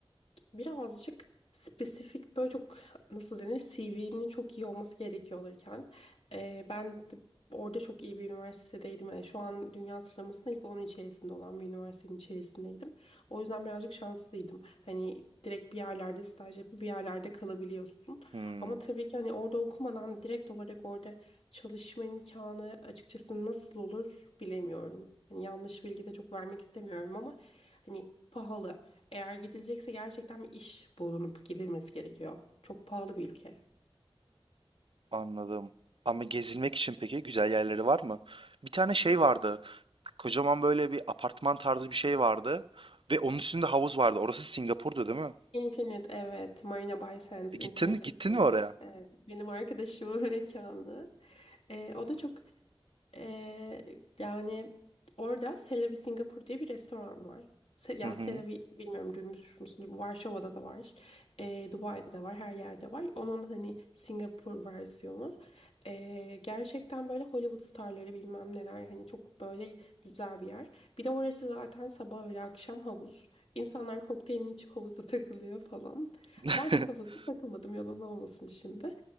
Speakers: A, on the left; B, on the right.
A: birazcık spesifik böyle çok nasıl denir CV'nin çok iyi olması gerekiyor olurken e, ben de orada çok iyi bir üniversitedeydim. Yani şu an dünya sıralamasında ilk onun içerisinde olan bir üniversitenin içerisindeydim. O yüzden birazcık şanslıydım. Hani direkt bir yerlerde staj yapıp bir yerlerde kalabiliyorsun.
B: Hmm,
A: Ama tabii ki hani orada okumadan direkt olarak orada çalışma imkanı açıkçası nasıl olur bilemiyorum. Hani yanlış bilgi de çok vermek istemiyorum ama hani pahalı. Eğer gidilecekse gerçekten bir iş bulunup gidilmesi gerekiyor. Çok pahalı bir ülke.
B: anladım. Ama gezilmek için peki güzel yerleri var mı? Bir tane şey vardı. Kocaman böyle bir apartman tarzı bir şey vardı. Ve onun üstünde havuz vardı. Orası Singapur'du değil mi?
A: Infinite evet. Marina Bay Sands,
B: E, gittin,
A: Infinity
B: gittin
A: Pool.
B: mi oraya?
A: Evet, benim arkadaşımın <laughs> mekanı. Ee, o da çok Ee, yani orada Selavi Singapur diye bir restoran var. Se- yani
B: Hı hı.
A: Selavi bilmiyorum duymuş musunuz? Varşova'da da var. Ee, Dubai'de de var. Her yerde var. Onun hani Singapur versiyonu. Ee, gerçekten böyle Hollywood starları bilmem neler. Hani çok böyle güzel bir yer. Bir de orası zaten sabah öğle akşam havuz. İnsanlar kokteylini içip havuzda <laughs> takılıyor falan.
B: <laughs>
A: Ha, ben çok havuzda takılmadım yalan olmasın şimdi.